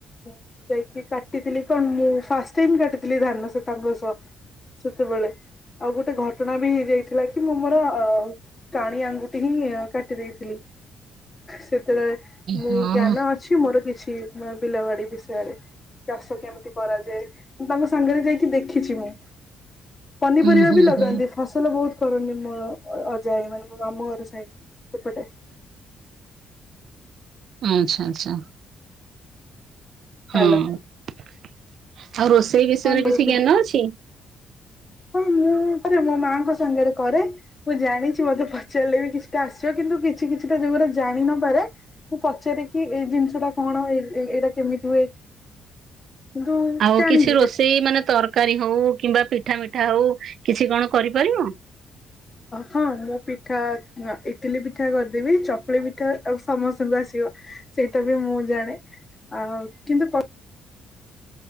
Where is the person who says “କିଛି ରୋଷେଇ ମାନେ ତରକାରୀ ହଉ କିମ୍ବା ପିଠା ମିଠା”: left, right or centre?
Right